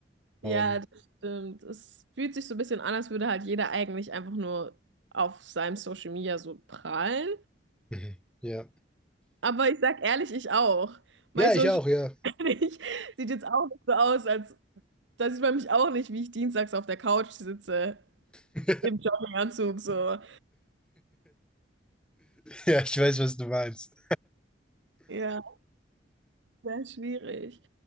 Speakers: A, on the right; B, in the centre.
A: Ja,
B: Ähm,
A: das stimmt. Es fühlt sich so ein bisschen an, als würde halt jeder eigentlich einfach nur auf seinem Social Media so prahlen.
B: mhm. ja.
A: Aber ich sag ehrlich, ich auch. Mein
B: Ja, ich
A: Social
B: auch, ja.
A: Media <laughs> sieht jetzt auch nicht so aus, als da sieht man mich auch nicht, wie ich dienstags auf der Couch sitze
B: <laughs>
A: im Jogginganzug so.
B: Ja, ich weiß, was du meinst.
A: Ja. Sehr schwierig.